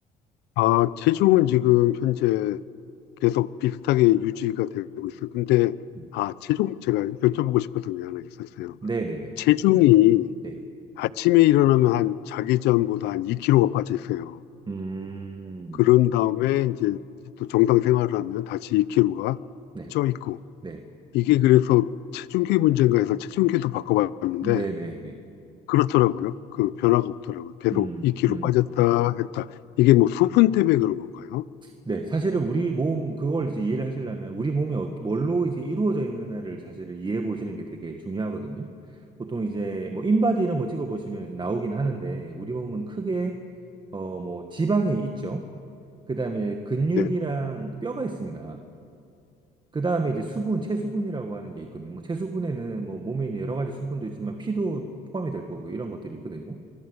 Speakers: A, on the left; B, on the right.
A: 아, 체중은 지금 현재 계속 비슷하게 유지가 되고 있어요. 근데
B: 음.
A: 아, 체중 제가 여쭤보고 싶었던 게 하나 있었어요.
B: 네네네.
A: 체중이
B: 네.
A: 아침에 일어나면 한 자기 전보다 한 2kg가 빠져 있어요.
B: 음.
A: 그런 다음에 이제 또 정상 생활을 하면 다시 2kg가
B: 네.
A: 쪄 있고
B: 네.
A: 이게 그래서 체중계 문제인가 해서 체중계도 바꿔봤는데
B: 네네네.
A: 그렇더라고요. 그 변화가 없더라고요. 계속
B: 음.
A: 2kg
B: 음.
A: 빠졌다 했다. 이게 뭐 수분 때문에 그런 건가요?
B: 네, 사실은 우리 몸, 그걸 이제 이해를 하시려면 우리 몸이 어- 뭘로 이제 이루어져 있느냐를 사실을 이해해 보시는 게 되게 중요하거든요. 보통 이제 뭐 인바디 이런 거 찍어 보시면 나오긴 하는데 우리 몸은 크게 어 뭐 지방이 있죠. 그다음에 근육이랑
A: 네,
B: 뼈가 있습니다. 그다음에 이제 수분, 체수분이라고 하는 게 있거든요. 뭐 체수분에는 뭐 몸에 있는 여러 가지 수분도 있지만 피도 포함이 될 거고 이런 것들이 있거든요.